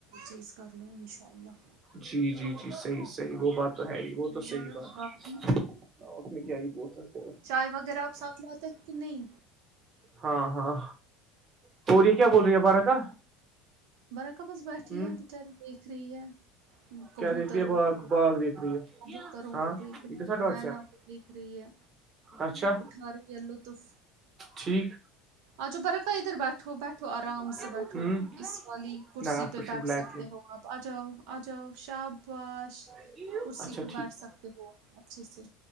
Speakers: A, on the right; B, on the right.
A: چیز کر لو انشاء اللہ
B: جی جی جی صحیح صحیح وہ بات تو ہے ہی وہ تو صحیح
A: اور
B: بات
A: باقی
B: ہے ہاں اس میں کیا ہے پہچ س
A: چائے وغیرہ آپ ساتھ لاتے ہیں کہ نہیں
B: ہاں ہاں توور یہ کیا بول رہی ہے بارہ کا
A: برا کبس بیٹھی
B: ہ
A: ہے بیچاری دیکھ رہی ہے کبوتروں
B: کیا دیکھ رہی ہے باغ
A: کو
B: باغ دیکھ رہی ہے
A: کبوتروں
B: ہاں
A: کو دیکھ رہی
B: یہ گژھان
A: ہے
B: ڈاٹ
A: مینا
B: س
A: کو دیکھ رہی ہے
B: اچھا
A: اٹھا رہ ال لوطف
B: ٹھیک
A: آج برقا ادھر بیٹھو بیٹھو آرام
B: ہ
A: سے بیٹھو
B: نہ
A: اس والی کرسی
B: اتھ
A: پہ
B: پٲٹھۍ
A: بیٹھ
B: چھُنہٕ بلیک
A: سکتے ہو آپ آجاؤ آجاؤ شابش
B: کینٛہہ
A: کرسی
B: اچھا
A: پہ بیٹھ سکتے ہو اچھے سے